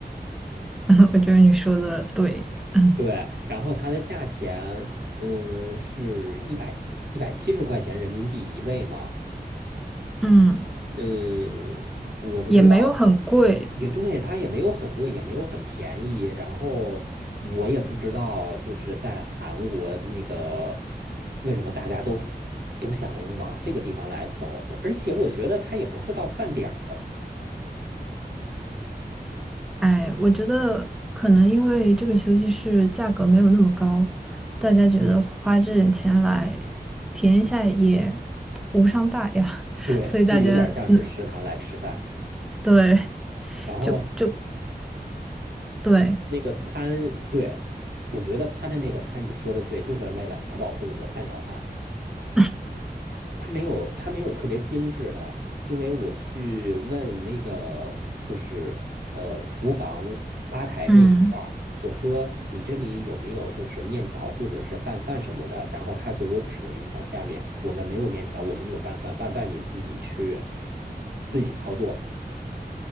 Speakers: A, in the centre; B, on the right (about 70°).
A: <laughs> 我觉得你说的对，<clears throat>
B: 对，然后它的价钱，嗯，是一百一百七十块钱人民币一位嘛。
A: 嗯，
B: 嗯，我不知道，
A: 也没有很贵。
B: 也对，它也没有很贵，也没有很便宜。然后我也不知道，就是在韩国那个为什么大家都都想往这个地方来走，而且我觉得它也不是到饭点儿，
A: 哎，我觉得可能因为这个休息室价格没有那么高，大家觉得花这点钱来
B: 嗯，
A: 体验一下也无伤大雅，<laughs>
B: 对，
A: 所以大家嗯
B: 就有点像是食堂来吃饭。
A: 对。
B: 然后
A: 就就对
B: 那个餐，对，我觉得他的那个餐，你说的对，就是为了填饱肚子，蛋炒饭。
A: <laughs>，
B: 它没有，它没有特别精致的，因为我去问那个就是呃厨房吧台这一块儿，
A: 嗯
B: 我说你这里有没有就是面条或者是拌饭什么的，然后他给我指了一下下面，我们没有面条，我们有拌饭，拌饭你自己去自己操作。